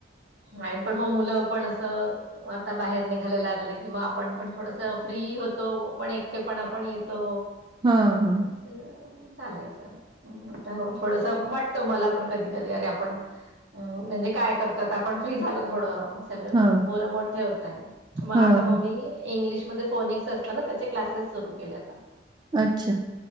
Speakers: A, on the right; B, on the right.
A: आणि पण मं मुलं पण असं आता बाहेर निघायला लागलं कि आपण पण थोडस फ्री होतो पण एकटे पणा पण येतो.
B: हां हां.
A: <inaudible> चालायच त्यावरून <unintelligible> थोडसा वाट ते मला पण कधी-कधी अरे आपण अ म्हणजे काय करतात आपण फ्री झालो थोडं.
B: हो
A: पोरं मोठे होताय म आता
B: हो
A: मम्मी इंग्लिश मध्ये फोनिक्स असतं ना त्याचे क्लासेस सुरू केले आता.
B: अच्छा